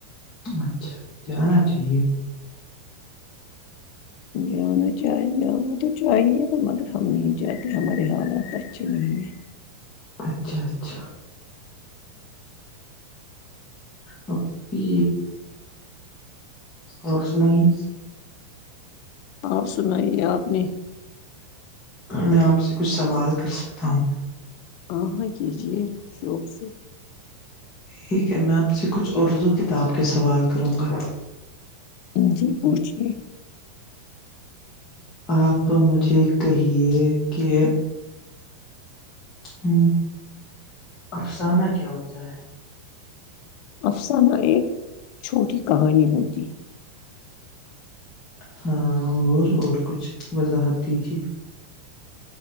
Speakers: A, on the left (about 25°); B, on the left (about 45°).
A: اچھا جانا چاہیے <inaudible>
B: جانا چاہیے جانا تو چاہیے مگر ہم نہیں چاہتے ہمارے حالات اچھے نہیں ہے
A: اچھا اچھا اوکے اور سنائیے
B: آپ سنائیے آپ نے
A: میں آپ سے کچھ سوال کر سکتا ہوں
B: ہ ہاں کیجیے شوق سے
A: ٹھیک ہے میں آپ سے کچھ اردو کتاب کے سوال کروں گا
B: جی پوچھیے
A: آپ مجھے کہیے کہ ہ افسانہ کیا ہوتا ہے
B: افسانہ ایک چھوٹی کہانی ہوتی ہے
A: ہاں اور اور کچھ وضاحت دیجیے